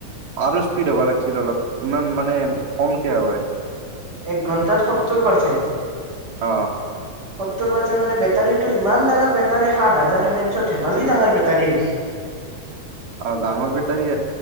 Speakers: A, on the right; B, on the right.
A: আৰু স্পীড হ'ব লাগিছিল অলপ ইমান মানে কমকে হয়।
B: এক ঘণ্টাত সত্তৰ পাৰ্চেণ্ট।
A: অ।
B: সত্তৰ পাৰ্চেণ্ট মানে বেটাৰীটো ইমান ডাঙৰ বেটাৰী সাত হাজাৰ এম এইচত ধেমালি ডাঙৰ বেটাৰী নেকি। <inaudible>
A: অ ডাঙৰ বেটাৰী